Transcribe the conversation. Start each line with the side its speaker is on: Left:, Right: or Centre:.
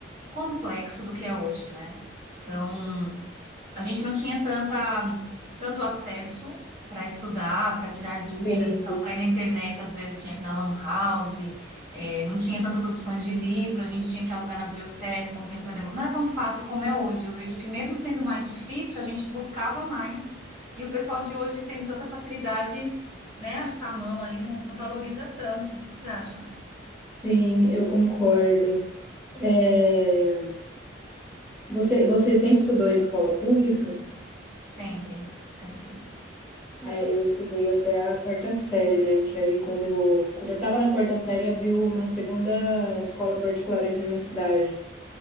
Right: complexo do que é hoje, né? Então, a gente não tinha tanta, tanto acesso para estudar, para tirar dúvidas,
Centre: sim,
Right: então, para ir na internet, às vezes tinha que ir na Lan House, eh, não tinha tantas opções de livro, a gente tinha que alugar na biblioteca com tempo para devolver. Não era tão fácil como é hoje. Eu vejo que, mesmo sendo mais difícil, a gente buscava mais. E o pessoal de hoje, tendo tanta facilidade, né, acho que tá a mão ali, não, não valoriza tanto. O que que você acha?
Centre: sim, eu concordo. É, Você, você sempre estudou em escola pública?
Right: Sempre, sempre.
Centre: É, eu estudei até a quarta série, né? Que aí quando eu, quando eu tava na quarta série, abriu uma segunda escola particular aqui na minha cidade.